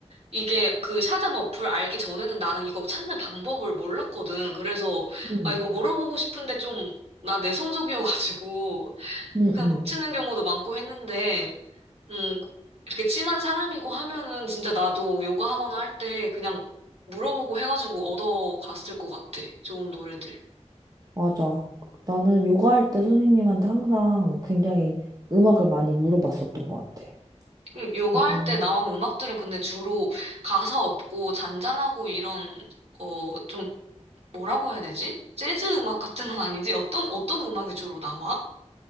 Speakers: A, on the right; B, on the right.
A: 이게 그 샤잠 어플 알기 전에는 나는 이거 찾는 방법을 몰랐거든. 그래서,
B: 음,
A: 아, 이거 물어보고 싶은데 좀, 나 내성적이어가지고
B: 응,
A: 그냥
B: 응,
A: 놓치는 경우도 많고 했는데, 음, 이렇게 친한 사람이고 하면은 진짜 나도 요가 하거나 할 때 그냥 물어보고 해가지고 얻어갔을 것 같아. 좋은 노래들.
B: 맞아. 나는 요가 할 때 선생님한테 항상 굉장히 음악을 많이 물어봤었던 것 같아.
A: 음, 요가
B: 그래서,
A: 할 때 나온 음악들은 근데 주로 가사 없고 잔잔하고 이런, 어, 좀 뭐라고 해야 되지? 재즈 음악 같은 건 아니지? 어떤, 어떤 음악이 주로 나와?